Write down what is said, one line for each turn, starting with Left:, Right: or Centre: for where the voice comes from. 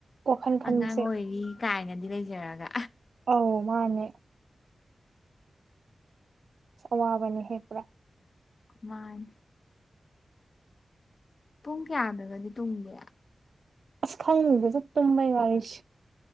Right: ꯋꯥꯈꯜ ꯈꯟꯕꯁꯦ
Left: ꯑꯉꯥꯡ ꯑꯣꯏꯔꯤ ꯀꯥꯏꯅꯗꯤ ꯂꯩꯖꯔꯒ
Right: ꯑꯧ ꯃꯥꯅꯦ ꯑꯋꯥꯕꯅꯤꯍꯦ ꯄꯨꯔꯥ
Left: ꯃꯥꯅꯤ ꯄꯨꯡ ꯀꯌꯥꯗꯒꯗꯤ ꯇꯨꯝꯒꯦ
Right: ꯈꯪ ꯗꯦꯗ ꯇꯨꯝꯕꯩ ꯋꯥꯔꯤꯁꯦ